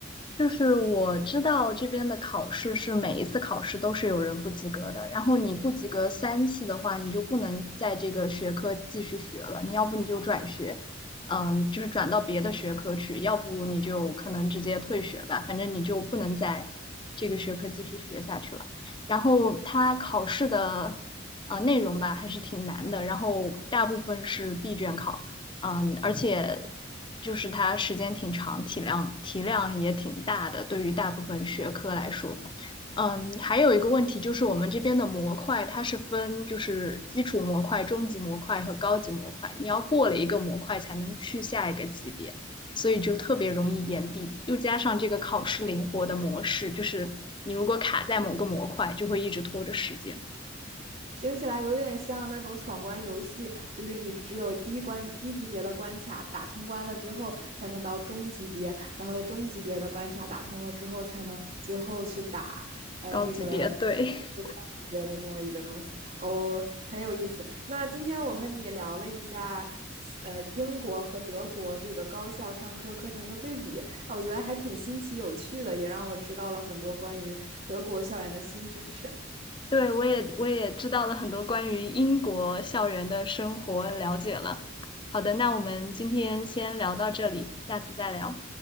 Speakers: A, on the left; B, on the right.
A: 就是我知道这边的考试是每一次考试都是有人不及格的，然后你不及格三次的话，你就不能在这个学科继续学了，你要不你就转学，嗯，就是转到别的学科去，要不你就可能直接退学吧，反正你就不能在这个学科继续学下去了。然后它考试的呃内容吧还是挺难的，然后大部分是闭卷考。嗯，而且就是它时间挺长，体量体量也挺大的，对于大部分学科来说。嗯，还有一个问题就是我们这边的模块它是分就是基础模块、中级模块和高级模块，你要过了一个模块才能去下一个级别，所以就特别容易延毕。又加上这个考试灵活的模式，就是你如果卡在某个模块，就会一直拖着时间。
B: 听起来有点像那种闯关游戏，就是你只有低关低级别的关卡打通关了之后，才能到中级别，然后中级别的关卡打通了之后，才能最后去打呃这个
A: 高级别，对。
B: 最高级别的这么一个东西。哦，很有意思。那今天我和你聊了一下呃英国和德国这个高校上课课程的对比啊，我觉得还挺新奇有趣的，也让我知道了很多关于德国校园的新知识。
A: 对，我也我也知道了很多关于英国校园的生活了解了。好的，那我们今天先聊到这里，下次再聊。